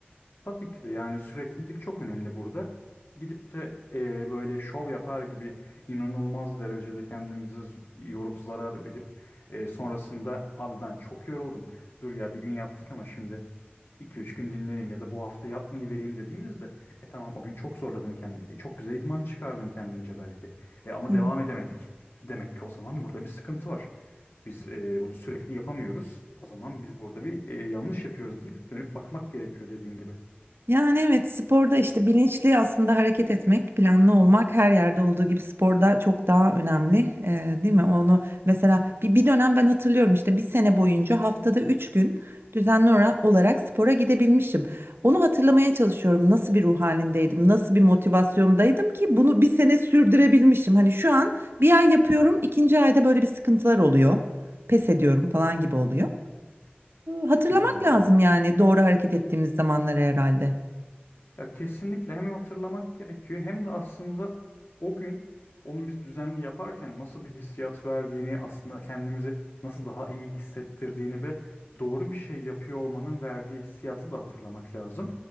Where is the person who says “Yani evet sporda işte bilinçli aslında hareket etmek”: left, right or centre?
Right